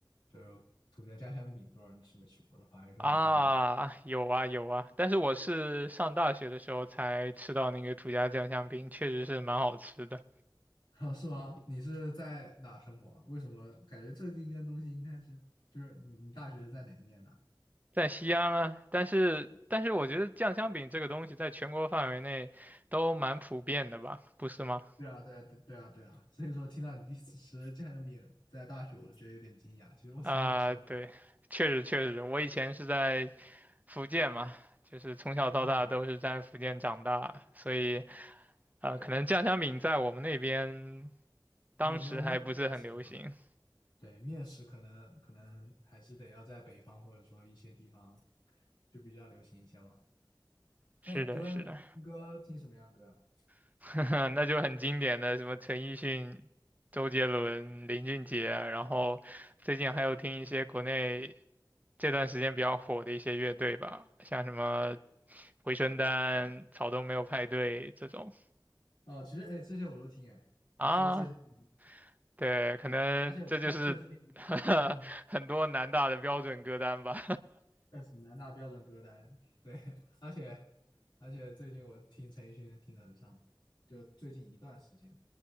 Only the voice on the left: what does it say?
就是土家家乡饼，不知道你吃没吃过了，反正就买那种。
西。
<laughs> 啊，是吗？你是在哪生活啊为什么感觉这第一个东西应该是就是你你大学是在哪一念的啊？
对啊，对啊，对对啊，对啊。所以说听到你第一次吃家乡饼在大学，我都觉得有点惊讶。其实我从小吃到大。
哦，
对的，
没没有焖的不要吃吗？对，面食可能可能还是得要在北方或者说一些地方就比较流行一些嘛。
那你歌呢？
听歌听什么样的歌啊？
哦，其实哎，这些我都听哎。
你说的这些都听
对，而且我现在最近嗯，
在什么南大标准歌单，对，<laughs> 而且而且最近我听陈奕迅听的很上头，就最近一段时间，